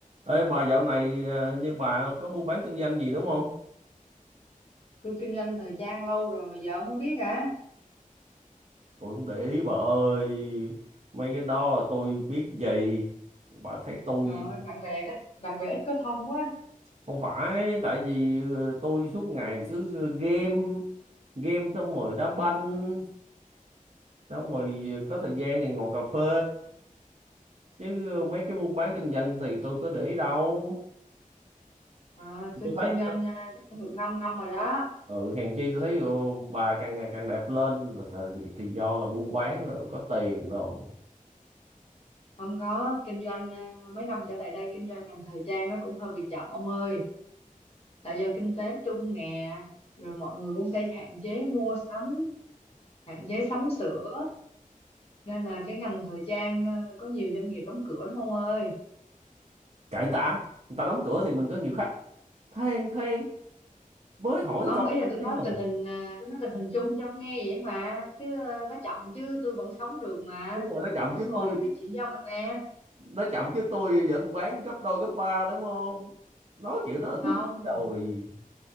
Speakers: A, on the right; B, on the left.
A: Ê bà dạo này à, như bà có buôn bán kinh doanh gì đúng không?
B: tôi kinh doanh thời trang lâu rồi mà giờ ông mới biết hả
A: Tôi không để ý bà ơi. Mấy cái đó tôi biết gì. Bà thấy tôi
B: trời ơi bạn bè ít bạn bè ít có thông quá
A: không phải tại vì ờ, tôi suốt ngày cứ game game xong rồi đá banh xong rồi có thời gian thì ngồi cà phê chứ mấy cái buôn bán kinh doanh thì tôi có để ý đâu.
B: Ờ, tôi
A: Tôi thấy
B: kinh doanh à, chắc cũng được 5 năm rồi đó
A: ừ, hèn chi tôi thấy ờ, bà càng ngày càng đẹp lên là thì thì do là buôn bán là có tiền rồi
B: không có kinh doanh à, mấy năm trở lại đây kinh doanh ngành thời trang nó cũng hơi bị chậm ông ơi tại do kinh tế chung nè rồi mọi người cũng sẽ hạn chế mua sắm hạn chế sắm sửa nên là cái ngành thời trang à, có nhiều doanh nghiệp đóng cửa lắm ông ơi
A: kệ người ta người ta đóng cửa thì mình có nhiều khách than than mới hỏi
B: không
A: câu
B: ý là tôi
A: than
B: nói
A: rồi
B: tình hình à, tôi nói tình hình chung cho ông nghe vậy mà chứ à, nó chậm chứ tôi vẫn sống được mà
A: đúng rồi nó chậm
B: vẫn
A: chứ
B: ngồi
A: tôi
B: đây nói chuyện với ông được nghe
A: nó chậm chứ tôi vẫn bán gấp đôi gấp ba đúng không nói kiểu đó là tôi
B: không
A: biết rồi